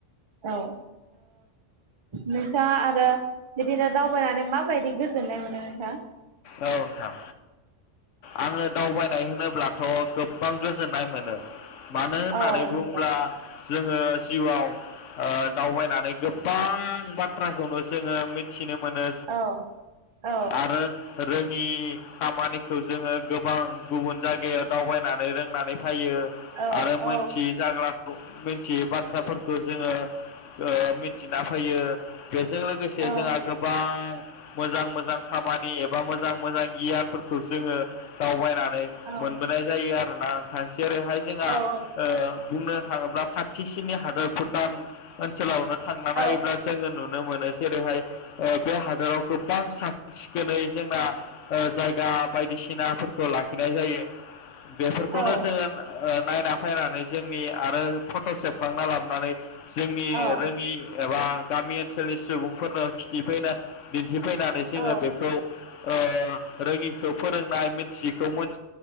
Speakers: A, on the right (about 35°); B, on the left (about 70°).
A: औ। नोंथाङा आरो बिदिनो दावबायनानै माबायदि गोजोननाय मोनो नोंथाङा।
B: औ नोंथां आङो दावबायनाय। नाय होनोब्लाथ' गोबां गोजोननाय मोनो। मानो होननानै
A: औ
B: बुङोब्ला।
A: नंगौ
B: जोङो जिउआव दावबायनानै गोबां बाथ्राखौनो जोङो। मिथिनो मोनो
A: औ औ
B: आरो। रोङि खामानिखौ जोङो गोबां गुबुन जायगायाव दावबायनानै रोंनानै। फैयो
A: औ
B: आरो
A: औ
B: मोनथियै जागा। मिथियै बाथ्राफोरखौ जोङो मिथिना फैयो बे। जों लोगोसे
A: औ
B: जोंहा गोबां। मोजां मोजां खामानि एबा। मोजां मोजां गियानफोरखौ जोङो दावबायनानै।
A: औ
B: मोनबोनाय जायो आरो। <unintelligible> जेरैहाय ओ जोंहा
A: औ नंगौ
B: बुंनो। थाङोब्ला खाथिसिनि हादोर भुटान ओनसोलावनो। थांनान
A: औ
B: नायोब्ला जोङो नुदों। नुनो मोनो जेरैहाय बे हादोराव गोबां साखोन सिखोनै। जोंना जायगा बायदिसिनाफोरखौ लाखिनाय जायो। बेफोरखौनो
A: औ
B: जोङो नायना फैनानै जोंनि आरो फट' सेबखांना लाबोनानै। जोंनि
A: औ
B: रोङि एबा गामि ओनसोलनि सुबुंफोरनो खिथिफैनो दि न्थिफैनानै जोंङो
A: औ
B: बेखौ ओ रोंङिखौ फोरोंनाय मिथियैखौ मोन